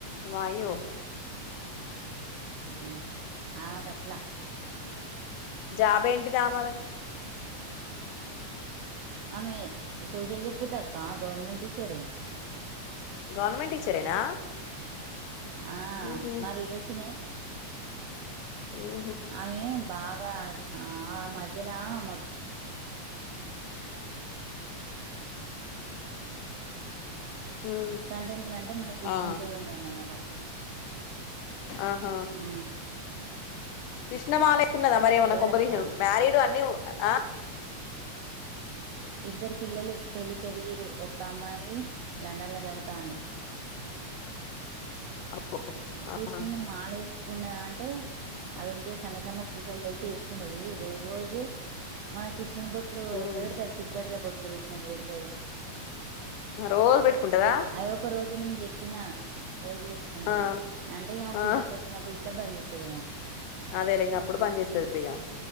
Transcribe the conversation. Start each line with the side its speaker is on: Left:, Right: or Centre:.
Left: వాయ్యొ
Right: ఊ అమక్ అట్ల
Left: జాబ్ ఏంటిది ఆమది
Right: అమె సోషల్ చెప్పుద్దక్కా గౌర్నమెంట్ టీచరు
Left: గవర్నమెంట్ టీచరేనా
Right: ఆ
Left: ఉహు
Right: మా రిలేషనె
Left: ఉహు
Right: అమె బాగా ఆ ఆ మధ్యల ఆమ
Left: ఉ
Right: ఇస్కాన్ టెంపుల్ అంటే మన కృష్ణన్దేవుంది
Left: ఆ
Right: అన్నమాట
Left: ఆహ
Right: ఆ
Left: కృష్ణమాల ఏకున్నద మరి ఏమన్నా
Right: ఎవరక్క
Left: కొంపదీషి మ్యారీడు అన్ని ఆ
Right: ఇద్దరు పిల్లలు పెళ్ళికెదిగిర్రు ఒక్క అమ్మాయి లండన్ ల చవుతాంది
Left: ఆ
Right: కృష్ణుని
Left: ఆహా
Right: మాలేస్కున్నద అంటే అవెంటియో సన్న సన్నప్ పూసల్దయితే ఏస్కున్నది రోజు మన కృష్ణున్ బొట్లు
Left: ఉ
Right: ఎట్ల వెడ్తరు తిర్పతిల బొట్ ట్లు వెట్టినట్టు వెడ్తది
Left: రోజు పెట్టుకుంటదా
Right: అది ఒక రోజు నేన్ చెప్ ప్పినా రోజు వెట్కుంటది
Left: ఆ
Right: అంటే ఆమె
Left: ఆ
Right: పీరియడ్స్ వచ్చినప్పుడు ఇట్లా బంచెత్తదేమో
Left: అదేలె ఇంగ అప్పుడు బంజేత్తది ఇగ